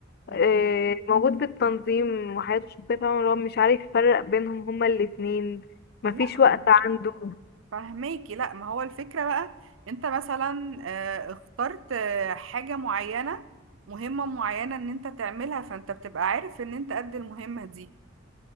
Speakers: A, on the right; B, on the left.
A: مم.
B: آه، موجود في التنظيم وحياته الشخصية فاهمة اللي هو مش عارف يفرق بينهم هما الاتنين مفيش
A: لا م-
B: وقت عنده
A: فهماكي لا ما هو الفكرة بقى انت مثلا آه، اخترت آه، حاجة معينة مهمة معينة ان انت تعملها فانت بتبقى عارف ان انت قد المهمة دي